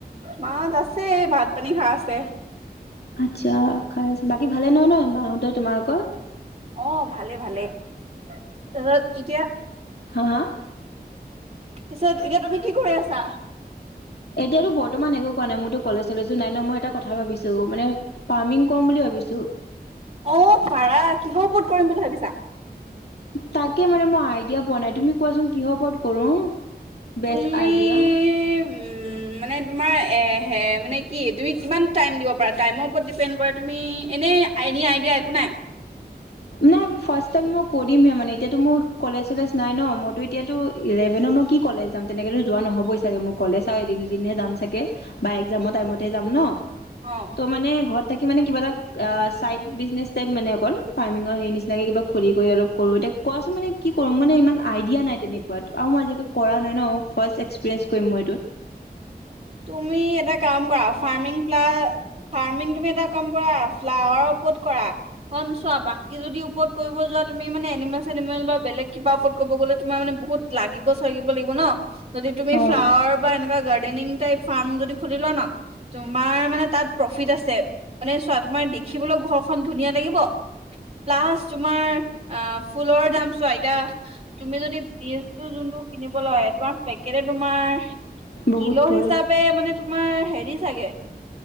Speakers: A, on the right; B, on the left.
A: মাহত আছে, ভাত পানী খায় আছে।
B: আচ্ছা খাই আছ, বাকী ভালে ন, নয় মাহত ত তোমালোকৰ
A: অ ভালে-ভালে, তাৰপিছত এতিয়া
B: হা-হা-
A: তাৰপিছত এতিয়া তুমি কি কৰি আছা?
B: এতিয়াতো বৰ্তমান একো কোৱা নাই, মইতো কলেজ-চলেজো নাই ন, মই এটা কথা ভাবিছো মানে, ফাৰ্মিং কৰো বুলি ভাবিছো?
A: অ' পাৰা কিহৰ ওপৰত কৰিম বুলি ভাবিছা?
B: তাকে মানে মই আইডিয়া পোৱা নাই তুমি কোৱাচোন? কিহৰ ওপৰত কৰো, বেষ্ট
A: তুমি
B: আইডিয়া।
A: উম, মানে তোমাৰ এ হে মানে কি? তুমি কিমান টাইম দিব পাৰা, টাইমৰ ওপৰত তুমি এনে আইডিয়া, আইডিয়া একো নাই।
B: নাই, ফাষ্ট টাইম মই কৰিমহে মানে এতিয়াতো মোৰ কলেজ চলেজ নাই ন মোৰ- ত এতিয়াতো ইলেভেনৰ মই কি কলেজ যাম তেনেকৈতো যোৱা নহ'বই চাগে, মোক কলেজ আৰু এদিন দুদিনহে যাম চাগে বা এক্সামৰ টাইমতহে যাম ন।
A: অ
B: ত' মানে ঘৰত তাকে মানে কিবা এটা, চাইড বিজনেচ টাইপ মানে অকণ ফাৰ্মিঙৰ সেই নিচিনাকে কিবা খুলি কৰি অলপ কৰোঁ, এতিয়া কোৱাচোন মানে কি কৰোঁ মানে ইমান আইডিয়া নাই তেনেকুৱা আৰু মই আজিকালি কৰা নাই ন ফাষ্ট এক্সপিৰিয়েঞ্চ কৰিম মই এইটো।
A: তুমি এটা কাম কৰা ফাৰ্মিং-ফাৰ্মিং, তুমি এটা কাম কৰা ফ্লাৱাৰৰ ওপৰত কৰা চোৱা, বাকী যদি ওপৰত কৰিব যোৱা তুমি মান এনিমেল-চেনিমেল বা বেলেগ কিবা ওপৰত কৰিব গলে, তোমাৰ মান বহুত লাগিব চাগিব লাগিব ন। যদি তুমি
B: অ'
A: ফ্লাৱাৰ বা এনেকোৱা গাৰ ডেনিং ফাৰ্ম যদি খুলি লোৱা ন, তোমাৰ মানে তাত প্ৰফিট আছে। মানে চোৱা তোমাৰ দেখিবলৈ ঘৰখন ধুনীয়া লাগিব, প্লাছ তোমাৰ, ফুলৰ দাম চোৱা, এয়া তুমি যদি বজটো যোনটো কিনিব লয়, তোমাৰ পেকেট তোমাৰ
B: বহুত
A: কিলো
B: পৰে।
A: হিচাপে মানে তোমাৰ হেৰি চাগে